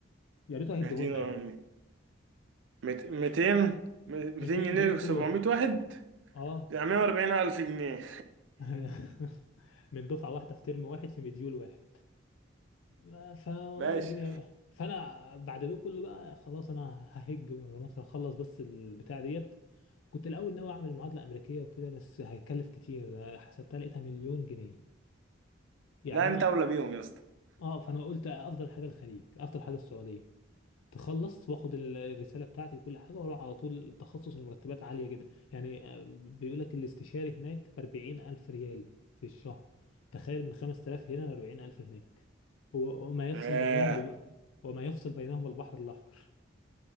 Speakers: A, on the left; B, on the right.
A: يا ريته هيديهولنا
B: اهدينا
A: يعني
B: امي 200 200
A: 200
B: جنيه
A: جنيه
B: و700
A: كل واحد
B: واحد
A: اه
B: يعني 140 الف جنيه
A: <laughs> من دفعه واحده في ترم واحد في مديول واحد ما- فوالله
B: <laughs> باشا
A: الدنيا فانا بعد ده كله بقى خلاص انا ههج بره مصر هخلص بس البتاع ديت كنت الاول ناوي اعمل معادله امريكيه وكده بس هيكلف كتير ده حسبتها لقيتها مليون جنيه يعني
B: لا
A: انا
B: انت اولى بيهم يا اسطى
A: اه فانا قلت افضل حاجه الخليج افضل حاجه السعوديه تخلص واخد ال- الرساله بتاعتي وكل حاجه واروح على طول التخصص المرتبات عاليه جدا يعني آه، بيقول لك الاستشاري هناك ب 40000 ريال في الشهر تخيل من 5000 هنا ل 40000 هناك و- وما يفصل
B: ياه
A: بينهما الب... وما يفصل بينهما البحر الاحمر